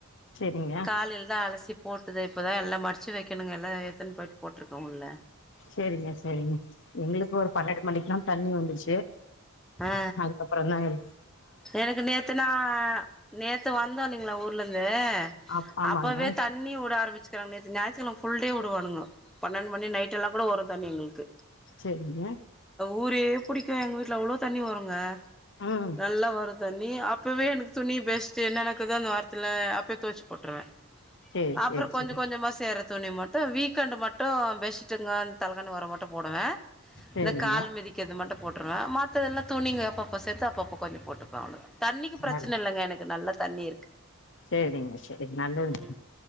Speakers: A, on the left; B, in the centre.
A: சேரிங்க
B: காலுல் தா அலசி போட்டதே இப்போதா எல்லா மடிச்சு வைக்கணுங்க எல்லா ஏத்துன்னு போயிட்டு போட்டுருக்கே உள்ள
A: சேரிங்க சேரிங்க எங்களுக்கு ஒரு பன்னென்ட்டு மணிக்கெல்லா தண்ணி வந்துருச்சு
B: ஆ
A: அதுக்கப்புறோ தா இருக்
B: எனக்கு நேத்துனா நேத்து வந்தோ இல்லைங்களா ஊர்லருந்து
A: அப் ஆமாங்க
B: அப்பவே தண் ணி உட ஆரம்பச்சிக்கிறாங்க நேத்து ஞாயித்துக்கிழம ஃபுல்டே உடுவானுங்கோ பன்னெண்டு மணி நைட்டெல்லா கூட வரு தண்ணி எங்களுக்கு
A: சேரிங்க
B: ஊரே புடிக்கு எங்க வீட்ல அவ்ளோவு தண்ணி வருங்க
A: ம்
B: நல்லா வரு தண்ணி அப்பவே எனக்கு துணி பெஸ்ட் என்ன எனக்குதோ அந்த வாரத்துல அப்பயே தொவைச்சு போட்டுருவே
A: சேரி
B: ஆப்புற்
A: சேரி
B: கொஞ்ச
A: சேரி
B: கொஞ்சமா சேற துணி மட் டு வீக்கெண்டு் மட்டு பெஷ்ஷுட்டுங்க இந் தலக்காணி ஒர மட்டு போடுவே
A: சேரிங்க
B: இன கால் மிதி க்கிறது மட்டு போட்ருவே அ மாத்ததெல்லா துணிங்க அப்பப்போ சேத்து அப்பப் ப்ப கொஞ்ச போட்டுப்ப அவ்ளதா தண்ணிக்கி ப்ரச்சன
A: நல்ல
B: இல்லங்க எனக்கு நல்லா தண்ணி இருக்கு
A: செரிங்க ஷெரி நல்லதுங்
B: ம்